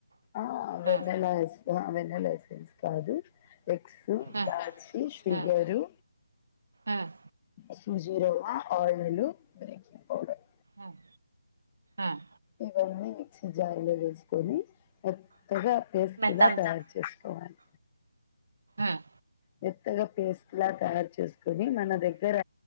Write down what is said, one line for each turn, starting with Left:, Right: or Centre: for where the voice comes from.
Left: ఆ వెన్నెలయెస్
Right: ఉమ్
Left: ఆ వెన్నలయెసెన్స్ కాదు ఎగ్స్ ఇలాచి
Right: ఉమ్
Left: షుగరు
Right: ఉమ్ ఉమ్
Left: సూజీ రవ్వ, ఆయిల్, ఎగ్ పౌడర్
Right: ఉమ్ ఉమ్
Left: ఇవన్నీ మిక్సీ జార్లో వేసుకొని మెత్తగా పేస్ట్
Right: మెత్తం
Left: లా తయారు చేసుకోవాలి
Right: ఉమ్
Left: మెత్తగా పేస్ట్ లా తయారు చేసుకుని మన దగ్గర